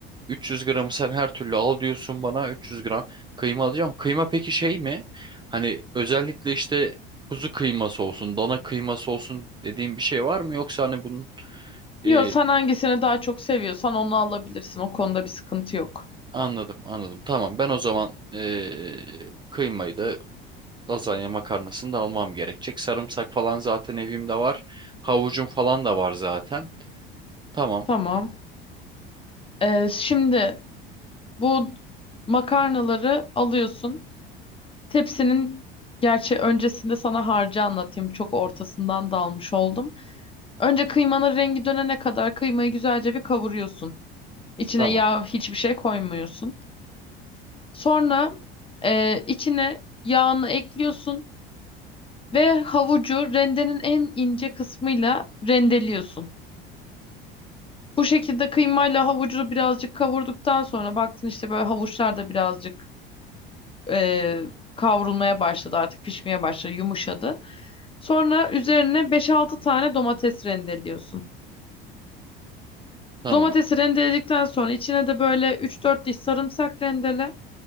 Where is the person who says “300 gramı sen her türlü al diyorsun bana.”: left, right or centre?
Right